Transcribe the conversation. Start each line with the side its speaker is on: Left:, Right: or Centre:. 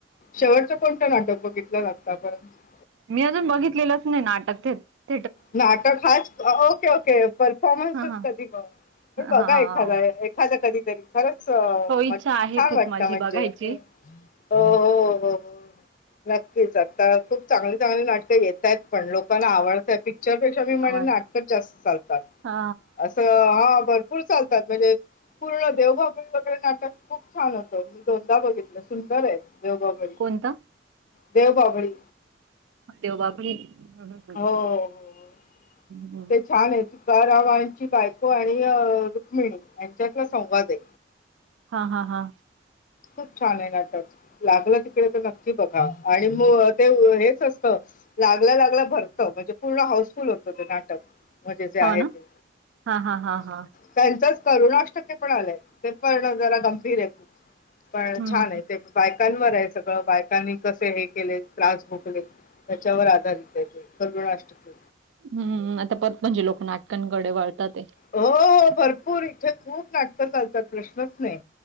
Left: शेवटचं कोणतं नाटक बघितलं आत्तापर्यंत
Right: मी अजून बघितलेलंच नाही नाटक ते
Left: नाटक हाच ओके ओके परफॉर्मन्सच
Right: हा हा
Left: कधी हे बघा
Right: हा
Left: एखादा एखाद्य खरंच
Right: हो इच्छा
Left: म
Right: आहे
Left: छान
Right: खूप
Left: वाटतं
Right: माझी
Left: म्हणजे
Right: बघायची
Left: ह हो हो हो हो नक्कीच आता खूप चांगली चांगली नाटकं येतायत पण लोकांना आवडतात ती पिक्चर पेक्षा मी म्हणेण
Right: आवड
Left: नाटकच जास्त चालतात
Right: हा
Left: असं हा भर फूल चालतात म्हणजे पूर्ण देवबाभळी वगैरे नाटक खूप छान होतं मी दोनदा बघितलं सुंदर आहे देवबाभळी
Right: कोणता
Left: देवबाभळी
Right: देव बाभळी हं
Left: हो हो हो.
Right: हूं
Left: ते छान ये तुकारामांची बायको आणि रुक्मिणी यांच्यातला संवाद ये.
Right: हा हा हा
Left: खूप छान आहे नाटक लागलं तिकडे तर नक्की बघा आणि मग ते हेचं असतं. लागल्या लागलं भरतं म्हणजे पूर्ण हाऊसफुल होतं ते नाटक. म्हणजे जे आहे
Right: हो
Left: ते
Right: ना हा हा हा हा
Left: त्यांचाच करुणाअष्टके पण आलाय ते पण जरा गंभीर आहे खूप पण
Right: हम्म
Left: छान
Right: हम्म.
Left: आहे ते बाक बायकांवर आहे सगळं बायकांनी कसे हे केलेत त्रास भोगले त्याच्यावर आधारित आहे ते करुणा आष्टक्के
Right: हम्म आता परत म्हणजे लोक नाटकांकडे वळतात. आहे.
Left: हो भरपूर इथे खूप नाटकं चालतात प्रश्नच नाही.